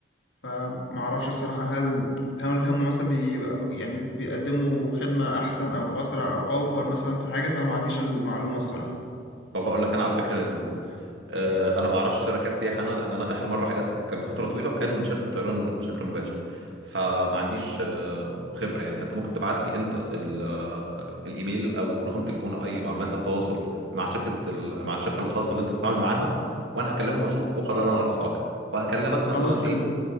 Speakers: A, on the left; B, on the right.
A: فما اعرفش الصراحه هل هل هم مثلا بي يعني بيقدموا خدمه احسن او اسرع او اوفر مثلا في حاجه فانا ما عنديش المعلومه الصراحه
B: طب هقول لك انا على فكره لذيذه آه، انا ما اعرفش شركات سياحه انا لان انا اخر مره حجزت كان من فتره طويله وكان من شركه الطيران بشكل مباشر فما عنديش آه، خبره يعني فانت ممكن تبعت لي انت ال- آه، الايميل او رقم تليفون او اي معلومات للتواصل مع شركه ال- مع الشركه الخاصه اللي انت بتتعامل معاها وانا هكلمهم واشوف واقرر انا الاسعار وهكلمك مثلا
A: خلاص
B: ايه
A: حلو